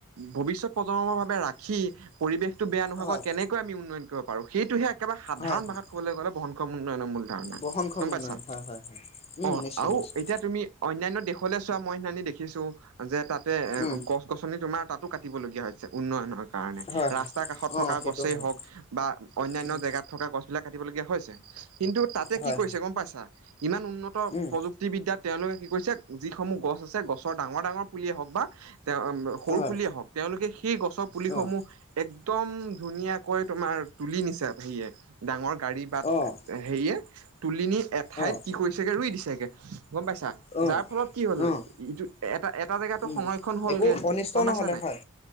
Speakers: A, on the right (about 70°); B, on the left (about 30°).
A: ভৱিষ্যত প্ৰজন্মৰ ভাৱে ৰাখি পৰিৱেশতটো বেয়া নোহোৱাকৈ
B: হয়
A: কেনেকৈ - আমি উন্ন কৰিব পাৰো সেইটোহে একেবাৰে- সাধাৰণ
B: হয় হয়
A: ভাষাত ক'বলৈ গ'লে বংশ উন্নয়নৰ মূল ধাৰণা
B: বহনক্ষম
A: গম
B: উন্নয়ন
A: পাইছা,
B: হয় হয় হয় উম
A: অঁ
B: নিশ্চয়
A: আৰু
B: নিশ্চয়
A: এতিয়া তুমি- অন্যান্য দেশলৈ চোৱা মই সি দেখিছো যে তাতে এ
B: উম
A: গছ- গছনি তোমাৰ তাতো কাটিবলগীয়া হৈছে উন্নয়ন - কাৰণে
B: হয় হয়
A: ৰাস্তাৰ কাষত
B: অঁ
A: থকা
B: সেইটো
A: গছেই
B: হয়
A: হওক, বা অন্যান্য
B: উম
A: জেগাত থকা গছ বিলাক কাটিবলগীয়া হৈছে। কিন্তু তাতে
B: হয়
A: কি কৰিছে গম পাইছা ইমান উন্নত
B: উম
A: প্ৰযুক্তি- যুক্তি বিদ্যাত তেওঁলোকে কি কৈছে যিসমূহ গছ আছে গছৰ ডাঙৰ ডাঙৰ পুলিয়ে হওক বা তেওঁ- সৰু
B: হয়
A: পুলিয়ে হওক তেওঁলোকে সেই গছৰ পুলিসমূহ-
B: অঁ
A: একদম ধুনীয়াকৈ তোমাৰ তুলি নিছে সেয়ে ডাঙৰ গাড়ী বাট-
B: অঁ
A: হেৰিয়ে তুলিনি এঠাইত
B: অঁ
A: কি কৰিছেগে ৰুই দিছেগে গম পাইছা?
B: অঁ
A: যাৰ ফলত কি হ'ল
B: অঁ
A: ইটো এটা এটা জেগাতো
B: উম
A: সংৰক্ষণ হলগে
B: একো অনিষ্ট
A: গম
B: নহ'লে
A: পাইছা নাই?
B: হয়